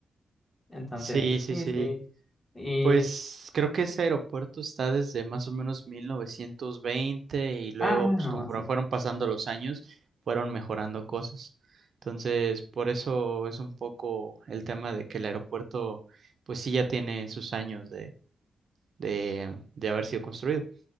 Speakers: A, on the left; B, on the right.
A: Entonces,
B: Sí, sí,
A: sí,
B: sí.
A: sí. Y,
B: Pues creo que ese aeropuerto está desde más o menos 1920 y luego,
A: ah,
B: pues
A: no,
B: conforme
A: sí.
B: fueron pasando los años, fueron mejorando cosas. Entonces, por eso es un poco el tema de que el aeropuerto, pues sí, ya tiene sus años de, de, de haber sido construido.